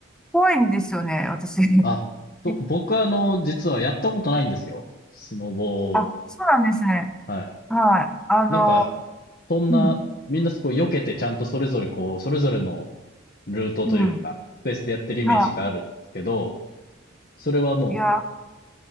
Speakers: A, in the centre; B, on the left.
A: 怖いんですよね、私。<laughs>
B: あ、そう、
A: い
B: 僕はあの、実はやったことないんですよ。スノボを
A: あ、そうなんですね。
B: はい。
A: はい。あの、
B: なんか、そんな、
A: うん。
B: みんなすごい避けてちゃんとそれぞれこう、それぞれのルートというか、
A: うん。
B: スペースでやってるイメージがあるんですけど、
A: は
B: それはもう、
A: い。いや、